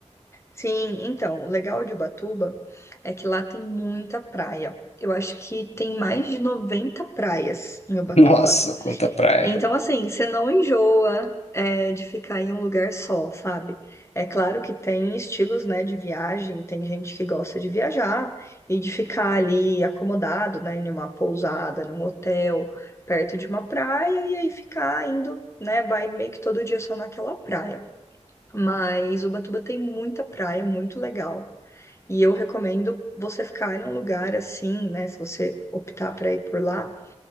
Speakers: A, on the left (about 25°); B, on the left (about 65°).
A: Sim, então, o legal de Ubatuba é que lá tem muita praia. Eu acho que tem mais de 90 praias em Ubatuba.
B: <laughs> Nossa, quanta praia.
A: Então, assim, você não enjoa, é, de ficar em um lugar só, sabe? É claro que tem estilos, né, de viagem, tem gente que gosta de viajar e de ficar ali acomodado, né, em uma pousada, num hotel, perto de uma praia, e aí ficar indo, né, vai meio que todo dia só naquela praia. Mas Ubatuba tem muita praia, muito legal. E eu recomendo você ficar em um lugar assim, né? Se você optar para ir por lá,